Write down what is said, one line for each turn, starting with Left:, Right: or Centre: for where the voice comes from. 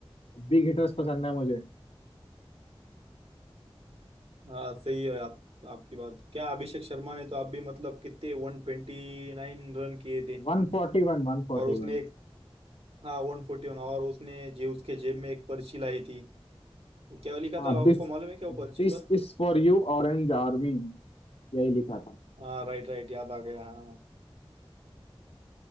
Left: बिग हिटर्स पसंद है मुझे
Right: हाँ सही है आप आपकी बात क्या अभिषेक शर्मा ने तो आप भी मतलब कितने वन ट्वेंटी नाइन रन किए थे
Left: 141 141
Right: और उसने एक हाँ वन फोर्टी वन और उसने जे उसके जेब में एक पर्ची लाई थी क्या लिखा
Left: हाँ
Right: था
Left: this
Right: आपको मालूम है क्या वो
Left: this
Right: पर्ची पर
Left: is for you orange army यही लिखा था
Right: हाँ राइट राइट याद आ गया हाँ